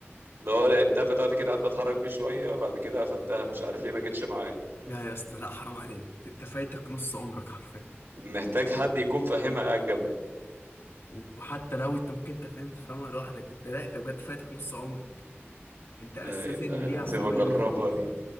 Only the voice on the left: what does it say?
لا يا اسطى لا حرام عليك انت فايتك نص عمرك حرفيا
وحتى لو انت ممكن انت فاهم تفهمها لوحدك انت لا انت بجد فايتك نص عمرك انت
اساسا
ليها
فوق
ال